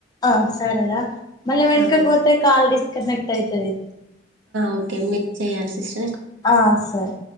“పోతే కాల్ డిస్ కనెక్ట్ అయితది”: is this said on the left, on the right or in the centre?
Left